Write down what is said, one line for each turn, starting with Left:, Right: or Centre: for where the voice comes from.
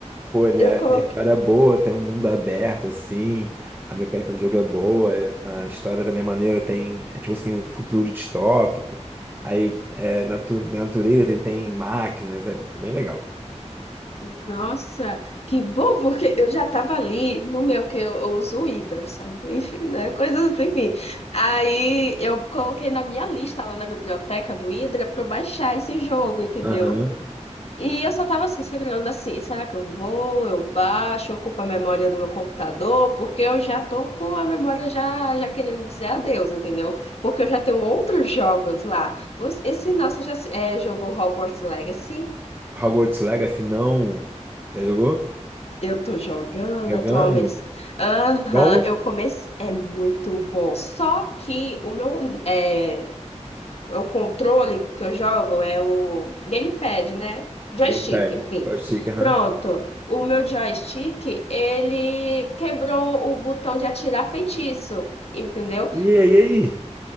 Right: Pô, ele
Left: Eu
Right: é,
Left: coloquei.
Right: tem história boa, tem um mundo aberto, assim, a mecânica do jogo é boa, a história da minha maneira tem, é, tipo assim, um futuro distópico, aí é natu- na natureza e tem máquinas, é bem legal.
Left: Nossa, que bom, porque eu já tava ali no meu que eu, eu uso o Hydra, sabe? Enfim, né? Coisas assim. Aí eu coloquei na minha lista lá na biblioteca do Hydra pra eu baixar esse jogo, entendeu?
Right: Aham.
Left: E eu só tava assim, segurando assim, será que eu vou, eu baixo, eu ocupo a memória do meu computador, porque eu já tô com a memória já, já querendo dizer adeus, entendeu? Porque eu já tenho outros jogos lá. Os- Esse nosso já se- é, jogou Hogwarts Legacy,
Right: Hogwarts Legacy, não. Já jogou?
Left: eu tô jogando
Right: Jogando?
Left: atualmente. Aham,
Right: Bom?
Left: eu comecei, é muito bom. Só que o meu, é, o controle que eu jogo é o gamepad, né? Joystick,
Right: Gamepad.
Left: enfim.
Right: Só o stick, aham.
Left: Pronto. O meu joystick, ele quebrou o botão de atirar feitiço, entendeu?
Right: E aí, e aí?